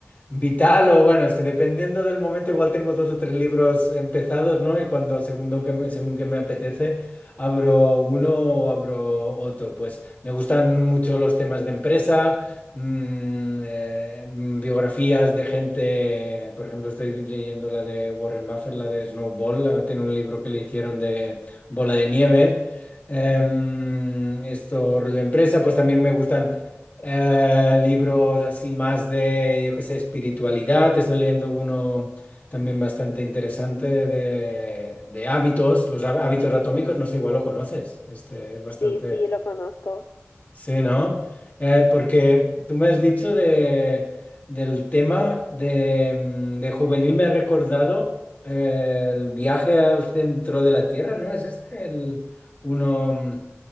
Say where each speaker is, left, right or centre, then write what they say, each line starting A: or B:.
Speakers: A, on the left; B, on the left.
A: Vital, o bueno, es que dependiendo del momento, igual tengo dos o tres libros empezados, ¿no? Y cuando, segundo que me- según que me apetece, abro uno o abro otro. Pues me gustan mucho los temas de empresa, mm, eh, mm, biografías de gente. Por ejemplo, estoy leyendo la de Warren Buffett, la de Snowball, la- tiene un libro que le hicieron de bola de nieve. Em, esto, rollo empresa, pues también me gustan eh, libros así más de, yo qué sé, espiritualidad. Estoy leyendo uno también bastante interesante de, de hábitos, los há- hábitos atómicos, no sé, igual lo conoces. Este es bastante.
B: Sí, sí, lo conozco.
A: Sí, ¿no? Eh, porque tú me has dicho de, del tema de, mm, de juvenil, me ha recordado eh, el viaje al centro de la Tierra, ¿no? Es este el uno mm,